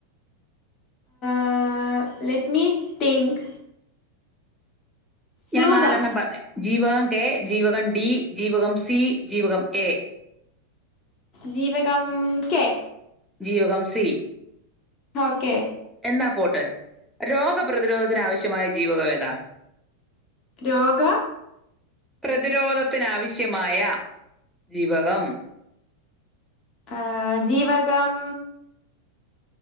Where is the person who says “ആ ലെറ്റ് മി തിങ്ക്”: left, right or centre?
Left